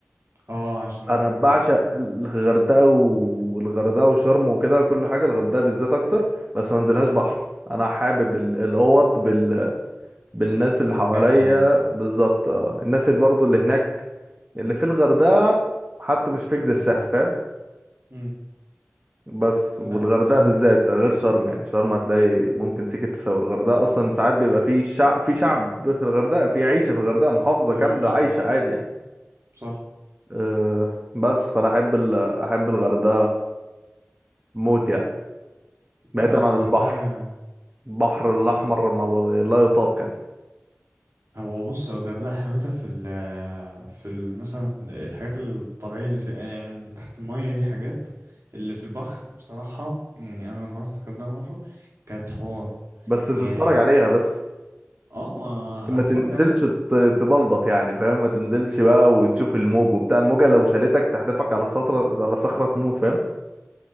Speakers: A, on the right; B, on the right.
A: اه عشان
B: انا بعشق الغردقه والغردقه وشرم وكده كل حاجه الغردقه بالذات اكتر بس ما انزلهاش بحر انا حابب ال- الاوض بال... بالناس اللي حواليا
A: الجو عموما
B: بالظبط اه الناس اللي برضو اللي هناك اللي في الغردقه حتى مش فيك زي الساحل فاهم
A: امم
B: بس
A: لا
B: والغردقه
A: أنا فاهمة
B: بالذات غير شرم يعني شرم هتلاقي ممكن سكه تسوي الغردقه اصلا ساعات بيبقى في شعب في شعب في الغردقه في عيشه في الغردقه محافظه
A: في
B: كامله
A: عيش
B: عايشه
A: اه
B: عادي يعني
A: صح
B: أه بس فانا احب ال... احب الغردقه موت يعني بعيدا
A: لا هو
B: عن
A: الغردقة
B: البحر البحر الاحمر
A: الغ-
B: ما ب- لا يطاق يعني
A: هو بص الغردقة حلاوتها في ال في ال مثلا الحاجات الطبيعية اللي في يعني اللي تحت المية دي حاجات اللي في البحر بصراحة يعني أنا لما رحت الغردقة مرة كانت حوار
B: بس تتفرج
A: يعني ال-
B: عليها بس
A: اه ما
B: لكن ما
A: هتفرج
B: تنزلش
A: عليها
B: ت- تبلبط يعني فاهم ما تنزلش بقى وتشوف الموج وبتاع الموجه لو شالتك تحدفك على سطره على صخره تموت فاهم